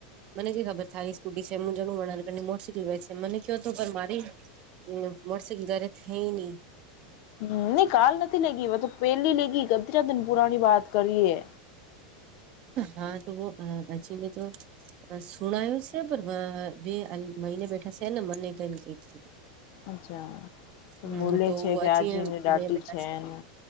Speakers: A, on the right (about 30°); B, on the left (about 45°).
A: મને ક ખબર થારી સ્કૂટી છે હું જ મળની મોટર સાઇકલ વ છે મને કયો હતોું પણ મારી. એ મોટર સાઇકલ ગરે થ.
B: હ નહી કાલ નથી લેગ મ તો પેલી લેગ કે ત દન પુરાની વાત કરીે.
A: હા તો અચિને તો સુણાયું છે પણ બે. મહિને બેઠા છે ને મને કઈ.
B: અચ્છા
A: હમ
B: બોલે
A: તો
B: છે કે
A: અછીએ
B: આજીને દાટી
A: મે બેટા.
B: છે એને